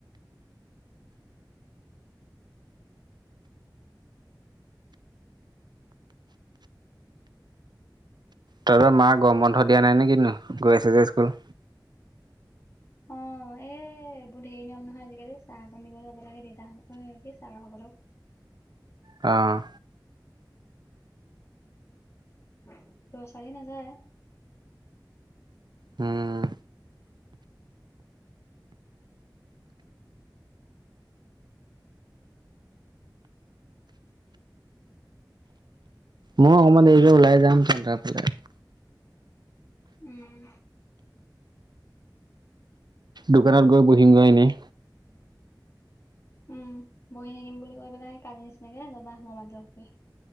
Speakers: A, on the right; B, on the left.
A: তহঁতৰ মা, গৰম বন্ধ দিয়া নাই নে কিতোনো, গৈ আছে যে স্কুল?
B: অ' এ, এইবোৰ ধেই নিয়ম নহয় আজিকালি, চাহ অকণ দিব যাব লাগে দেউতাহ এ কি ছাৰ সকলক।
A: অঁ
B: লৰা ছোৱালি নাযায়।
A: উম। মইও অকণমান দেৰিকে ওলাই যাম চেণ্টাৰ ফালে।
B: উম।
A: দোকানত গৈ বহিম গৈ এনেই।
B: উম, বহি থাকিম বুলি কৈ পেলাই, সেই কালি নিচিনাকে যাবা মোবাইলটো টিপি।